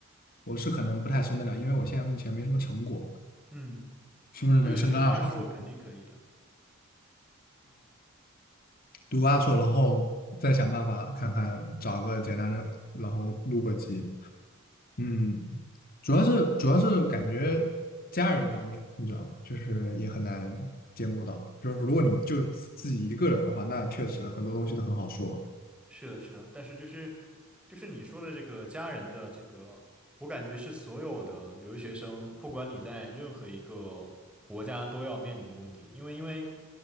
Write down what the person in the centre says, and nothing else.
嗯，
对对对，二硕肯定可以的。
是的，是的，但是就是就是你说的这个家人的这个，我感觉是所有的留学生，不管你在任何一个国家都要面临的问题，因为因为